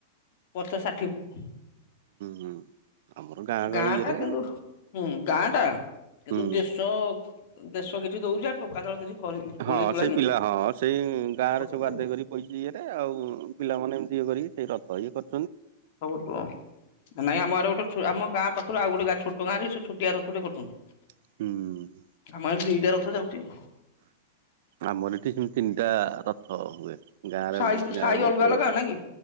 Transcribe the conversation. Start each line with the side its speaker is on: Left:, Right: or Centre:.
Left: ପଚାଶ ଷାଠିଏ ଫୁଟ।
Right: ହୁଁ ଆମର ଗ
Left: ଗାଁ
Right: ଇଏରେ
Left: ଟା କିନ୍ତୁ ହୁଁ ଗାଁ ଟା କିନ୍ତୁ
Right: ହୁଁ
Left: ଦେଶ ଦେଶ କିଛି ଦଉଛି ଆ ଟୋକା ଦଳ କିଛି କରି ତୋଳେଇ
Right: ହଁ
Left: ତୁଳାକି
Right: ସେଇ ପିଲା ହଁ ସେଇ ଗାଁ
Left: କରୁଛନ୍ତି
Right: ରେ ସବୁ ଆଦାୟ
Left: ଆଉ
Right: କରି ପଇସା ଇଏରେ ଆଉ ପିଲାମାନେ ଏମିତି ଇଏ କରି ଏଇ ରଥ ଏଇ କରି
Left: ଖବର କୁହ ନାଇଁ ଆମର ଗୋଟେ ଆମ ଗାଁ ପାଖରୁ ଆଉ ଗୋଟେ ଗାଁ ଛୋଟ ଗାଁରେ ସେ ଛୋଟିଆ ରଥଟେ କରୁଛନ୍ତି।
Right: ହୁଁ।
Left: ଆମର ଦିଟା ରଥ ଯାଉଛି
Right: ଆମର ଏଠି ସେମିତି ତିନିଟା ରଥ ହୁଏ ଗାଁ
Left: ସାଇ
Right: ର ଗାଁ
Left: ସାଇ ଅଲଗା
Right: ଭିତରେ
Left: ଅଲଗା
Right: ଗୋଟେ
Left: ନା କି